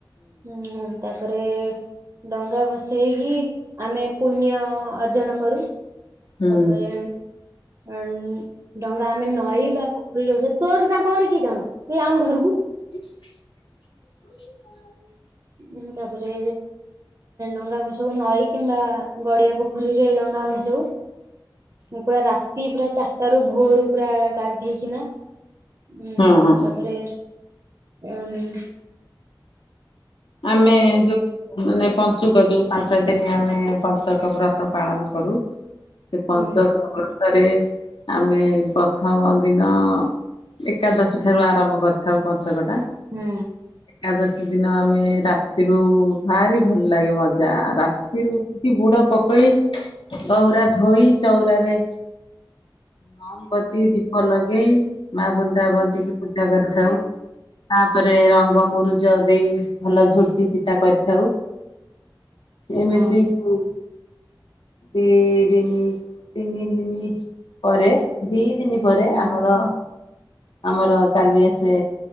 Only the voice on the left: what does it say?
ହୁଁ
<unintelligible>
ହଁ ହଁ
ଆମେ ଯୋଉ ମାନେ ପଞ୍ଚୁକ ଯୋଉ ପାଞ୍ଚ ଦିନି ଆମେ ପଞ୍ଚକ ବ୍ରତ ପାଳନ କରୁ ସେ ପଞ୍ଚକ
ବ୍ରତରେ ଆମେ ପ୍ରଥମ ଦିନ ଏକାଦଶୀ ଠାରୁ ଆରମ୍ଭ କରିଥାଉ ପଞ୍ଚକଟା।
ଏକାଦଶୀ ଦିନ ଆମେ ରାତିରୁ ଭାରି ଭଲ ଲାଗେ ମଜା ରାତିରୁ ବୁଡ ପକେଇ ଚଉରା ଧୋଇ ଚଉରାରେ ମହମବତୀ ଦୀପ ଲଗେଇ। ମା ବୃନ୍ଦାବନ୍ଦିକି ପୂଜା କରିଥାଉ ତାପରେ ରଙ୍ଗ ମୁରୁଜ ଦେଇ। ଭଲ ଝୋଟି ଚିତା କରିଥାଉ ଏମିତି
ଉ ଦି ଦିନ ତିନି ଦିନ ପରେ ଦି ଦିନ ପରେ
ଆମର ଆମର ଚାଲି ଆସେ